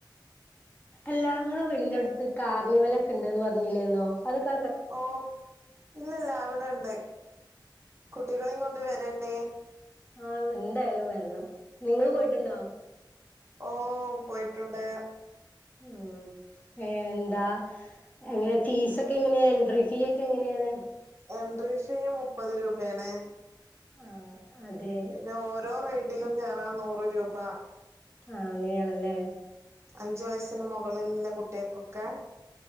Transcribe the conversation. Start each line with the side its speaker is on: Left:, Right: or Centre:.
Left: അല്ലാ ങ്ങളേ വീടിന്റെ അടുത്ത് കാർണിവലോക്കെ ണ്ട്ന്ന് പറഞ്ഞില്ലേന്നോ അതൊക്ക
Right: ഓ ഇല്ലല്ല അവിടെണ്ട് കുട്ടികളും കൊണ്ട് വരേണ്ടീ
Left: ആഹ ന്തായാലും വരണം നിങ്ങള് പോയിട്ടുണ്ടോ
Right: ഓ പോയിട്ടുണ്ട്
Left: ഉം എന്താ എങ്ങനെ ഫീസ ഒക്കെ എങ്ങനെയാ എൻട്രി ഫീ ഒക്കെ എങ്ങനെയാണ്
Right: എൻട്രി ഫീ മുപ്പത് രൂപേണെ
Left: ആഹ് അതെ
Right: പിന്നെ ഓരോ റൈടിലു കയറാൻ നൂറു രൂപ
Left: ആഹ് അങ്ങനെയാണലേ ലേ
Right: അഞ്ചു വയസ്സിനു മോകളിലുള്ള കുട്ടികൾക്കൊക്കെ